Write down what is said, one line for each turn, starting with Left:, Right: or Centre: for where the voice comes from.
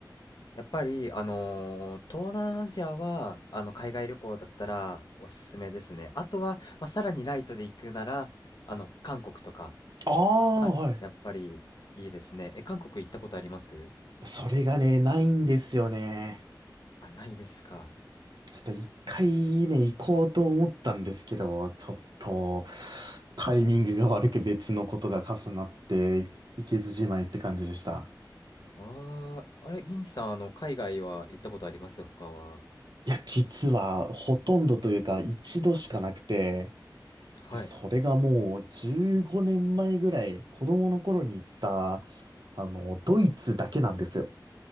Left: やっぱり、あのー東南アジアは、あの、海外旅行だったらおすすめですね。あとは、まあ、さらにライトで行くなら、あの、韓国とか
Right: ああー、
Left: は、
Right: はい。
Left: やっぱりいいですね。え、韓国行ったことあります
Right: それがね、ないんですよね。
Left: あ、ないですか。
Right: ちょっと一回ね、行こうと思ったんですけど、ちょっとタイミングが悪く別のことが重なって、行けずじまいって感じでした。
Left: あああれ、銀次さん、あの、海外は行ったことあります他は。
Right: いや、実はほとんどというか一度しかなくて、
Left: はい。
Right: で、それがもう15年前ぐらい子供の頃に行った、あの、ドイツだけなんですよ。